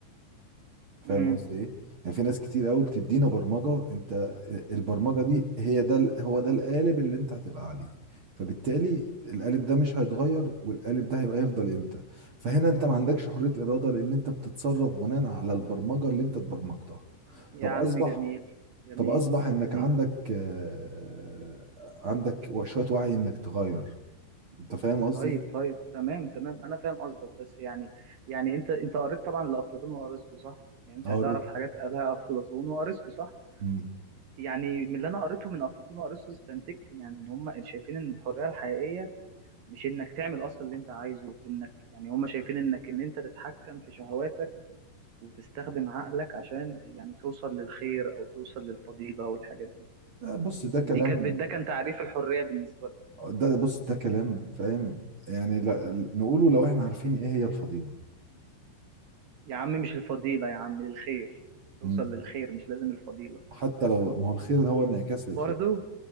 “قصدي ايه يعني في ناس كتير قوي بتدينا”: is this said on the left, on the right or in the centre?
Right